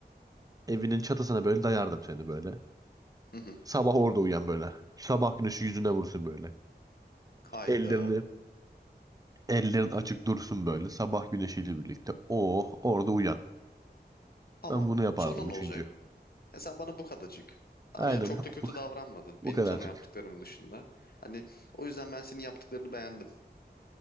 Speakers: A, on the right; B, on the left.
A: Evinin çatısına böyle dayardım seni böyle.
B: Hı hı.
A: Sabah orada uyan böyle. Sabah güneşi yüzüne vursun böyle.
B: Hayda.
A: Ellerini Ellerin açık dursun böyle sabah güneşiyle birlikte. Oh orada uyan.
B: Tamam.
A: Ben bunu yapardım
B: Sonra ne
A: üçüncü.
B: olacak? Ya sen bana bu kadarcık. Tamam
A: Aynen
B: ya çok
A: bu,
B: da kötü
A: bu,
B: davranmadın
A: bu
B: benim
A: kadarcık.
B: sana yaptıklarımın dışında. Hani o yüzden ben senin yaptıklarını beğendim.